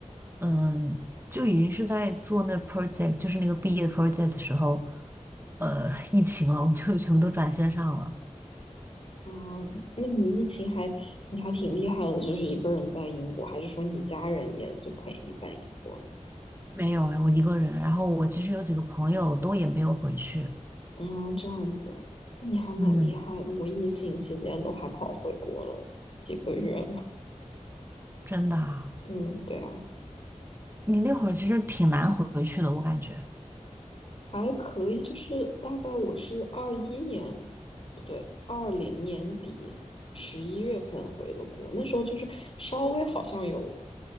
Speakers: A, on the right; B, on the left.
A: 嗯，就已经是在做那 project，就是那个毕业 project 的时候，呃，疫情了，我就全部都转线上了。
B: 啊，那你疫情还你还挺厉害的，就是一个人在英国，还是说你家人也就陪你在英国呢？
A: 没有哎，我一个人，然后我其实有几个朋友都也没有回去。
B: 嗯，这样子，那你还蛮厉害的。
A: 嗯，
B: 我疫情期间都还跑回国了几个月呢。
A: 真的啊，
B: 嗯，对啊。
A: 你那会儿其实挺难回去的，我感觉。
B: 还可以，就是大概我是二一年，不对，二零年底十一月份回的国，那时候就是稍微好像有